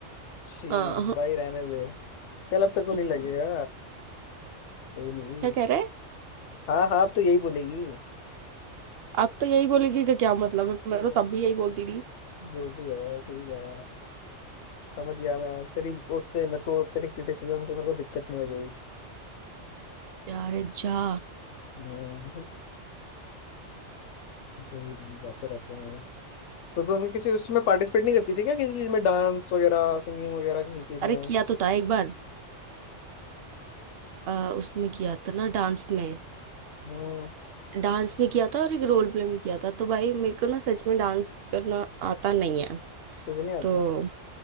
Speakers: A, on the left (about 70°); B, on the right (about 60°).
A: छी
B: हाँ हाँ।
A: भाई रहने दे चल अब तक को
B: क्या
A: नहीं लगेगा कोई नहीं
B: कह रहे
A: हाँ हाँ अब तो यही बोलेगी
B: आप तो यही बोलेगी कि क्या मतलब है
A: हम्म,
B: मैं तो तब भी यही बोलती थी
A: जो भी है ठीक है समझ गया मैं तेरी उससे मेरे को तेरी क्रिटिसिज्म से मेरे को दिक्कत नहीं है कोई
B: यार जा
A: हम्म, भाई, बातें रहते हैं तो तुमने किसी उसमें पार्टिसिपेट नहीं करती थी क्या किसी चीज में डांस वगैरह सिंगिंग वगैरह किसी चीज
B: अरे
A: में
B: किया तो था एक बार आ, उसमें किया था ना डांस में
A: इसमें
B: डांस में किया था और एक रोल प्ले में किया था तो भाई मेरे को ना सच में डांस करना आता नहीं है
A: तुझे नहीं आता
B: तो